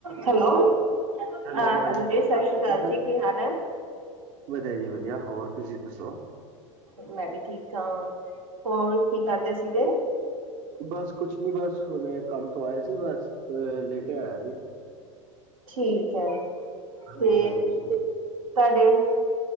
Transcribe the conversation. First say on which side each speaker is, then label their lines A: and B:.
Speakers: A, on the right; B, on the right.
A: Hello,
B: hello
A: ਹਾਂ
B: ਹਾਂਜੀ
A: ਜੀ ਸਤਿ ਸ਼੍ਰੀ ਅਕਾਲ ਜੀ ਕੀ ਹਾਲ ਹੈ?
B: ਵਧੀਆ ਜੀ ਵਧੀਆ ਹੋਰ, ਤੁਸੀਂ ਦੱਸੋ?
A: ਮੈਂ ਵੀ ਠੀਕ ਹਾਂ ਹੋਰ ਕੀ ਕਰਦੇ ਸੀਗੇ।
B: ਬਸ ਕੁਛ ਨੀ ਬਸ ਹੁਣੇ ਕੰਮ ਤੋਂ ਆਇਆ ਸੀ ਬਸ ਲੇਟ ਆਇਆ।
A: ਠੀਕ ਐ
B: ਹਾਂਜੀ-ਹਾਂਜੀ,
A: ਤੇ
B: ਹਾਂ
A: ਤੁਹਾਡੇ